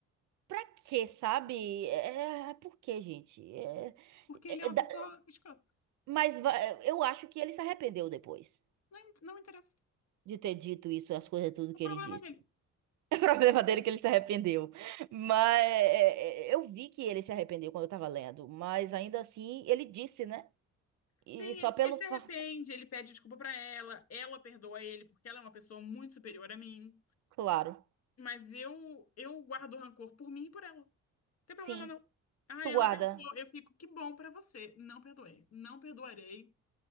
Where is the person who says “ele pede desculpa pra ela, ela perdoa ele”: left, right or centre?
Left